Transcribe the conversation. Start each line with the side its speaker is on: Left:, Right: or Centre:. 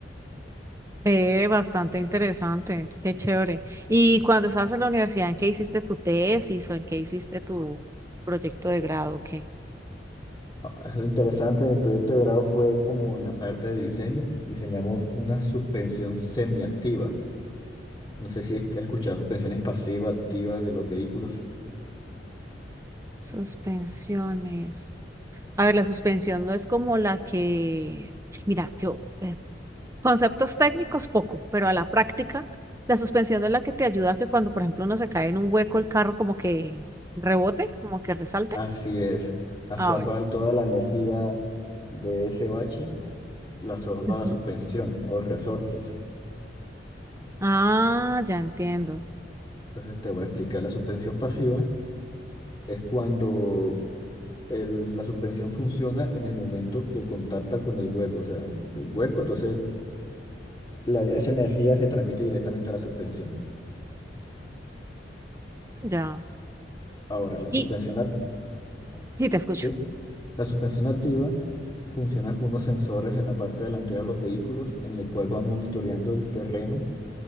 Right: Eh, bastante interesante, qué chévere. Y cuando estabas en la universidad, ¿en qué hiciste tu tesis o en qué hiciste tu proyecto de grado? ¿Qué?
Left: Ah, Es lo interesante, mi proyecto de grado fue como en la parte de diseño, diseñamos una suspensión semiactiva. No sé si has escuchado suspensiones pasivas, activas de los vehículos.
Right: Suspensiones. A ver, la suspensión no es como la que, mira, yo, eh, Conceptos técnicos poco, pero a la práctica, la suspensión es la que te ayuda a que cuando, por ejemplo, uno se cae en un hueco, el carro como que rebote, como que resalte.
Left: Así es, absorba
Right: Ah, bueno.
Left: toda la energía de ese bache, la absorba
Right: Ujú.
Left: la suspensión, los resortes.
Right: Ah, ya entiendo.
Left: Entonces te voy a explicar la suspensión pasiva es cuando el- la suspensión funciona en el momento que contacta con el hueco, o sea, el hueco, entonces la- esa energía se transmite directamente a la suspensión.
Right: Ya.
Left: Ahora, la suspensión,
Right: Y
Left: ac-
Right: sí, te escucho.
Left: ¿sí? La suspensión activa funciona con unos sensores en la parte delantera de los vehículos, en el cual van monitoreando el terreno